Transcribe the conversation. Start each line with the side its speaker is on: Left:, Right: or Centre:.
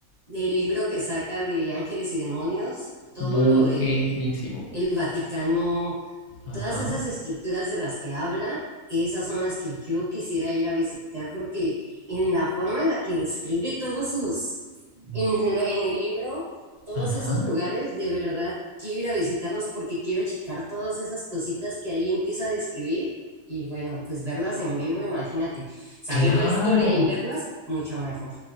Right: del libro que saca de Ángeles y Demonios, todo
Left: buenísimo.
Right: lo de el Vaticano,
Left: Ajá,
Right: todas esas estructuras de las que habla, esas son las que yo quisiera ir a visitar porque en la forma en la que describe todos sus, en, lo- en el libro, todos
Left: ajá.
Right: esos lugares, de verdad quiero ir a visitarlos porque quiero checar todas esas cositas que ahí empieza a describir. Y bueno, pues verlas en vivo, imagínate, saber
Left: Claro.
Right: la historia y verlas, mucho mejor.